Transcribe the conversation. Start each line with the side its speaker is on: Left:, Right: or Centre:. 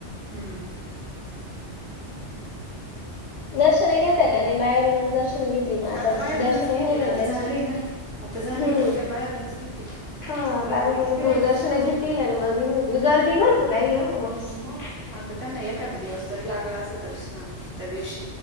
Right: हम्म.
Left: दर्शन घेताय का नाही बाहेरूनच दर्शन घेतील मग
Right: आता बाहेरूनच
Left: दर्शन व्हायले
Right: घेतील
Left: ना
Right: आता
Left: त्यांचे
Right: झाले ना आता झाले
Left: हम्म
Right: मग का बाहेरूनच घेतील
Left: हा
Right: गर्दी
Left: बाहेरून
Right: किती
Left: दूरदर्शन
Right: राहिल आता आषाढीला
Left: घेतील आणि मग निघून येतील
Right: हम्म
Left: गर्दी भरपूर राहील ना मग.
Right: मग आता त्यां ना एखादा दिवस तरी लागला असेल दर्शन त्या दिवशी